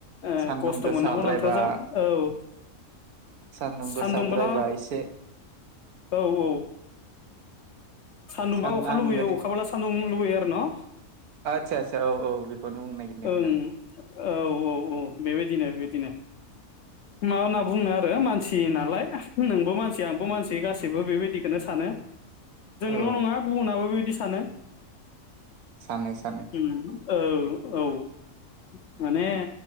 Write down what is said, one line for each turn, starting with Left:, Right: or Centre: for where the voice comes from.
Left: ओ
Right: सानदुं
Left: खस्थ'
Right: गोसाद्रायबा
Left: मोननांगौ होननानैथ' जा औ ओ
Right: सान्दुं
Left: सानदुंबोला
Right: गोसाद्रायबा इसे
Left: औ औ सान्दुंबा
Right: सान
Left: अखा
Right: आं
Left: लुबैयो
Right: ओरै
Left: अखाब्ला सान्दुं लुबैयो आरो न'
Right: आदसा आदसा औ औ बेखौनो बुंनो नागिरनामोन
Left: ओं
Right: आं।
Left: औ औ औ बेबायदिनो बे दिनो मा होनना बुङो आरो मानसि नालाय नोंबो मानसि आंबो मानसि गासैबो बेबायदिखोनो सानो। जोंल'
Right: औ
Left: नङा गुबुनाबो बिदि सानो
Right: सानो सानो
Left: उम औ औ उम माने